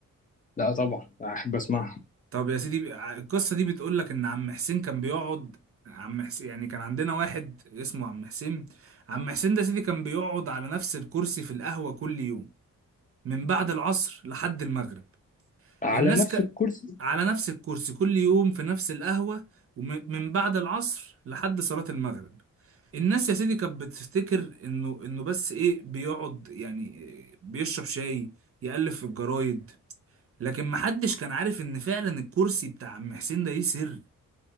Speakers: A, on the left; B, on the right.
A: لا طبعا احب اسمعها
B: طب يا سيدي ع- القصة دي بتقول لك إن عم حسين كان بيقعد عم حسين يعني كان عندنا واحد اسمه عم حسين عم حسين ده يا سيدي كان بيقعد على نفس الكرسي في القهوة كل يوم من بعد العصر لحد المغرب
A: على
B: الناس
A: نفس
B: ك...
A: الكرسي
B: على نفس الكرسي كل يوم في نفس القهوة ومن بعد العصر لحد صلاة المغرب الناس يا سيدي كانت بتفتكر انه انه بس ايه بيقعد يعني إيه، بيشرب شاي يألف في الجرايد لكن محدش كان عارف ان فعلا الكرسي بتاع عم حسين ده ليه سر